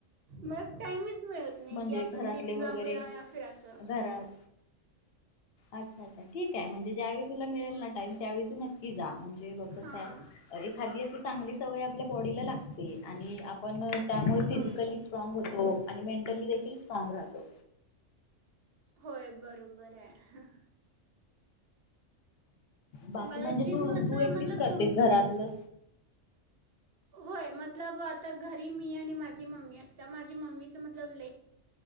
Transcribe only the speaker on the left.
म्हणजे
घरातले
वगैरे
घरात अच्छा अच्छा ठीक आहे. म्हणजे ज्यावेळी तुला मिळेल ना टाईम त्यावेळी तू नक्की जा. म्हणजे बघ कसाय
एखादी अस चांगली सवय आपल्या बॉडीला लागते आणि आ पण त्यामुळे फिजिकली
स्ट्रॉंग होतो. आणि मे ली देखील सस्ट्रॉंग राहतो.
बाकी
म्हणजे
तू-तू
एकटीच
करतेस
घरातलं?